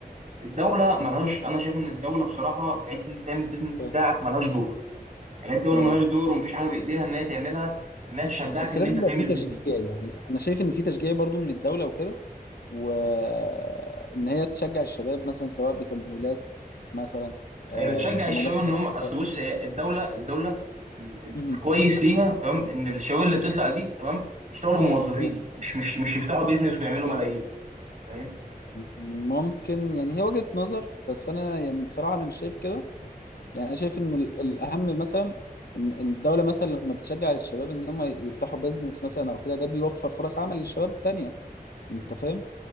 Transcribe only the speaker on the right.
الدوله ملهاش انا شايف ان الدوله بصراحه في حته انت تعمل البيزنس بتاعك
ملهاش دور يعني الدوله
ملهاش دور ومفيش حاجه بايديها ان هي تعملها انها تشجعك
ان
انت
تعمل
بيزنس
هي بتشجع
الشباب ان
هم اصل بص هي الدوله الدوله ال- ال-
الكويس ليها تمام ان الشباب اللي بتطلع دي تمام يشتغلوا موظفين
مش مش مش يفتحوا بيزنس ويعملوا ملايين فاهم